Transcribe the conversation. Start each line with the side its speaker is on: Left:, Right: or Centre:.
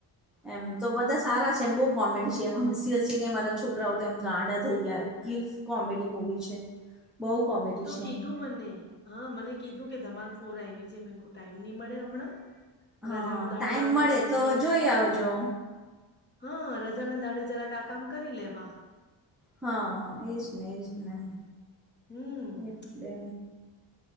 Centre: એમ તો બધા સારા છે એમ બહુ કોમેડી છે એમ હસી હસીને મારા છોકરાઓ તો એમ ગાંડા થઈ ગયા એટલી કોમેડી મુવી છે બહુ કોમેડી
Left: તો
Centre: છે
Left: કીધું મને હા મને કીધું કે ધમાલ ફોર આવી છે મે કો ટાઈમ નહી મળે હમણાં
Centre: હા
Left: રાજાનોો દાળો
Centre: ટાઈમ
Left: આવે
Centre: મળે
Left: તો પછી કઈ
Centre: જોઈ આવજો
Left: હા રજા ના દાડે જરાક આ કામ કરી લેવા
Centre: હા એજ ને એજ નહી
Left: હમ
Centre: એટલે